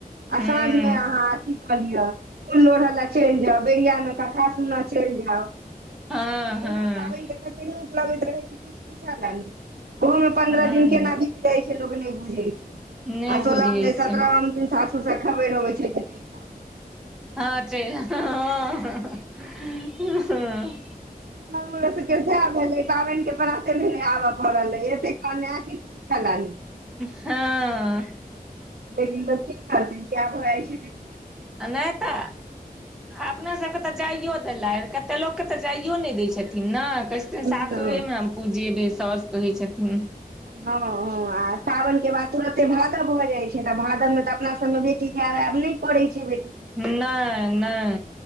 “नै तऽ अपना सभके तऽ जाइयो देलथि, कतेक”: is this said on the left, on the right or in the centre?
Centre